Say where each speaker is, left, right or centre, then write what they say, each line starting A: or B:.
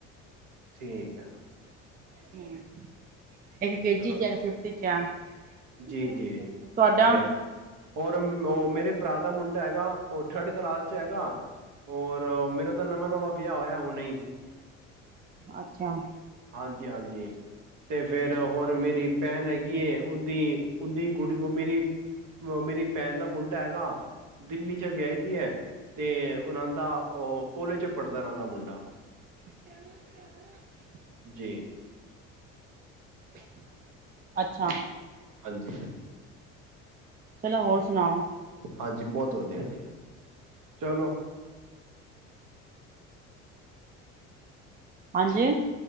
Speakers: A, on the right; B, on the right.
A: ਠੀਕ ਹੈ,
B: ਹੂੰ, ਇੱਕ ਕੇਜੀ
A: ਚਲੋ
B: ਚ ਆ ਇੱਕ ਫਿਫਤ ਚ ਆ,
A: ਜੀ
B: ਤੁਹਾਡਾ?
A: ਜੀ ਵਧੀਆ ਗੱਲ ਔਰ ਨੋ ਮੇਰੇ, ਭਰਾ ਦਾ ਮੁੰਡਾ ਹੈਗਾ ਉਹ ਥਰਡ ਕਲਾਸ ਹੈਗਾ ਔਰ ਮੇਰਾ ਤਾਂ ਨਵਾਂ-ਨਵਾਂ ਵਿਆਹ ਹੋਇਆ ਹੁਣੇ ਹੀ,
B: ਅੱਛਾ,
A: ਹਾਂਜੀ ਹਾਂਜੀ ਤੇ ਫੇਰ ਹੋਰ, ਮੇਰੀ ਭੈਣ ਹੈਗੀ ਐ ਉਹਦੀ ਉਹਦੀ ਗੁੜੀ ਮੇਰੀ ਮੇਰੀ ਭੈਣ ਦਾ ਮੁੰਡਾ ਹੈਗਾ ਦਿੱਲੀ ਚ ਵਿਆਹੀ ਦੀ ਹੈ ਤੇ ਉਹਨਾਂ ਦਾ ਅ ਕੋਲੇਜ ਚ ਪੜ੍ਹਦਾ ਰਹਿ ਦਾ ਉਹਨਾ ਦਾ ਮੁੰਡਾ
B: <unintelligible>
A: ਜੀ,
B: <unintelligible> ਅੱਛਾ,
A: ਹਾਂਜੀ,
B: ਚਲੋ ਹੋਰ ਸੁਣਾਓ?
A: ਹਾਂਜੀ ਬਹੁਤ ਵਧੀਆ ਜੀ ਚਲੋ,
B: ਹਾਂਜੀ,